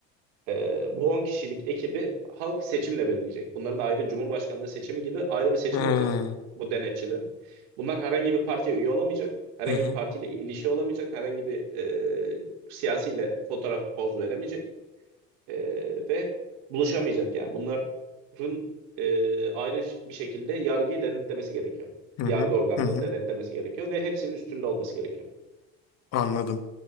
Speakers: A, on the right; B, on the left.
A: Ee, bu 10 kişilik ekibi halk seçimle belirleyecek. Bunların ayrı Cumhurbaşkanlığı seçimi gibi ayrı bir seçim
B: Hmm.
A: olacak bu denetçilerin. Bunlar herhangi bir partiye üye olamayacak. Herhangi
B: Hı hı,
A: bir partiyle ilişki olamayacak. Herhangi bir e, siyasiyle fotoğraf poz veremeyecek. E, ve buluşamayacak. Yani bunların e, ayrı bir şekilde yargıyı denetlemesi gerekiyor.
B: hı
A: Yargı
B: hı,
A: organları
B: hı hı.
A: denetlemesi gerekiyor ve hepsinin üstünde olması gerekiyor.
B: Anladım,